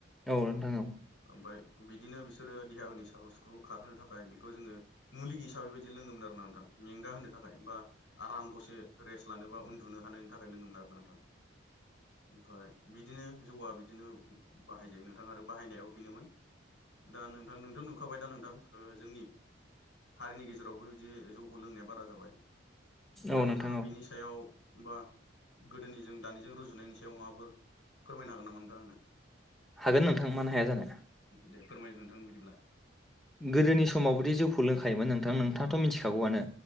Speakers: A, in the centre; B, on the left (about 70°).
A: औ नोंथां औ।
B: ओमफ्राय बिदिनो बिसोरो देहाफोरनि साख्रु सिुख्रु खारहोनो थाखाय बेखौ जोङो मुलि हिसाबै बिबायदि लोङोमोन आरो ना नोंथां मेंगा होनो थाखाय बा आराम दसे रेस लानोबा उन्दुनो हानायनि थाखाय लोंङोमोन आरो नोंथां ओमफ्राय बिदिनो जौआ बिदिनो बाहायजायो नोंथां आरो बाहायनायाबो बेनोमोन दा नोंथां नोंथ' नुखाबाय दा नोंथां जोंनि हारिनि गेजेरावबो बिदि जौखौ लोंनाया बारा जाबाय। दा
A: औ
B: नोंथाङा
A: नोंथां औ
B: बेनि याव बा गोदोनि जों दानिजों रुजुनायनि सायाव माबाफोर फोरमायनो हागोन नामा नोंथां आंनो?
A: हागोन नोंथां मानो हाया जानो।
B: दे फोरमायदो नोंथां बिदिब्ला।
A: गोदोनि समावबोदि जौखौ लोंखायोमोन नोंथां नोंथाङाथ' मिथिखागौआनो।